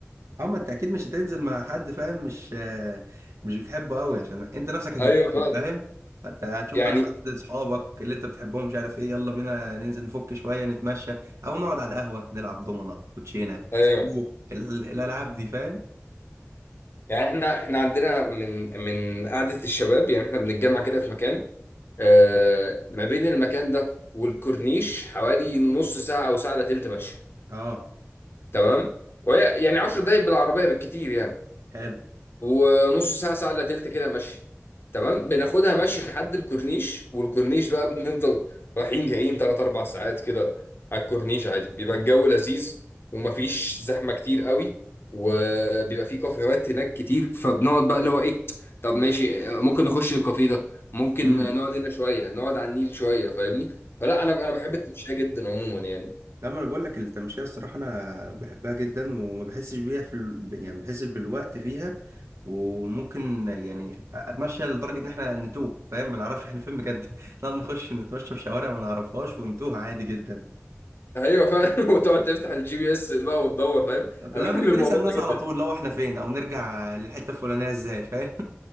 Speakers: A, on the right; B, on the left.
A: اه ما انت اكيد مش هتنزل مع حد فاهم مش آه، مش بتحبه قوي عشان انت نفسك هتتقفل
B: ايوه فعلا
A: فاهم فانت هتشوف
B: يعني
A: بقى حد اصحابك اللي انت بتحبهم مش عارف ايه يلا بينا ننزل نفك شوية نتمشى او نقعد على القهوة نلعب دومنة كوتشينة
B: ايوه
A: سكرو ال- الالعاب دي فاهم
B: يعني احنا احنا عندنا من من قعده الشباب يعني احنا بنتجمع كده في مكان آه ما بين المكان ده والكورنيش حوالي نص ساعه او ساعه الا تلت ماشي
A: اه
B: تمام وهي يعني 10 دقايق بالعربيه بالكتير يعني
A: حلو
B: ونص ساعة ساعة إلا تلت كده مشي تمام بناخدها مشي لحد الكورنيش والكورنيش بقى بنفضل رايحين جايين تلات أربع ساعات كده على الكورنيش عادي بيبقى الجو لذيذ ومفيش زحمة كتير قوي وبيبقى فيه كافيهات هناك كتير فبنقعد بقى اللي هو إيه طب ماشي ممكن نخش الكافيه ده ممكن
A: امم
B: نقعد هنا شوية نقعد على النيل شوية فاهمني فلا أنا أنا بحب التمشية جدا عموما يعني
A: لا ما انا بقول لك التمشيه الصراحه انا بحبها جدا وما بحسش بيها في ال... يعني ما بحسش بالوقت فيها وممكن يعني اتمشى لدرجه ان احنا نتوه فاهم ما نعرفش احنا فين بجد <laughs> نقعد نخش نتمشى في شوارع ما نعرفهاش ونتوه عادي جدا
B: ايوه فعلا <laughs> وتقعد تفتح الجي بي اس بقى وتدور فاهم
A: لا
B: انا بحب
A: بن-
B: الموضوع
A: بنسال الناس
B: ده
A: على
B: جدا
A: طول لو احنا فين او نرجع للحته الفلانيه ازاي فاهم